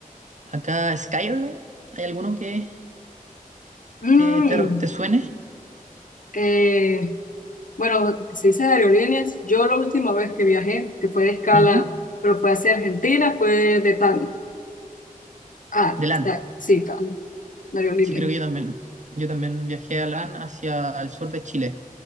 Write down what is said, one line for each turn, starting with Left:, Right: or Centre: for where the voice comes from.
Right: Acá Skyline, ¿hay alguno que,
Left: Mm,
Right: que te, te suene?
Left: eh, bueno, si dices aerolíneas, yo la última vez que viajé, que fue de escala,
Right: Ujú,
Left: pero fue hacia Argentina, fue de TAN. Ah,
Right: De LAN.
Left: está, sí, TAN, de aerolínea.
Right: Sí, creo que yo también. Yo también viajé a LAN hacia el sur de Chile.